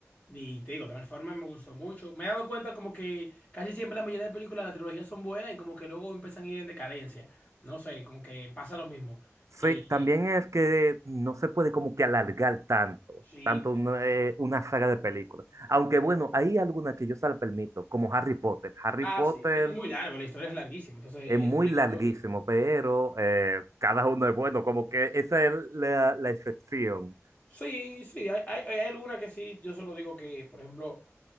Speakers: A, on the left; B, on the right.
A: Y te digo, Transformers me gustó mucho. Me he dado cuenta como que casi siempre la mayoría de películas, las trilogías son buenas y como que luego empiezan a ir en decadencia. No sé, como que pasa lo mismo.
B: Sí,
A: Eh,
B: también
A: eh,
B: es que no se puede como que alargar tanto,
A: sí,
B: tanto
A: mi
B: una,
A: hermano.
B: eh, una saga de películas. Aunque bueno, hay algunas que yo se la permito, como Harry Potter. Harry
A: Ah,
B: Potter
A: sí. Es que es muy largo, la historia es larguísima, entonces
B: Es muy
A: es obligatorio.
B: larguísimo, pero eh, cada uno es bueno, como que esa es la, la excepción.
A: Sí, sí, hay, hay, hay alguna que sí, yo solo digo que, por ejemplo,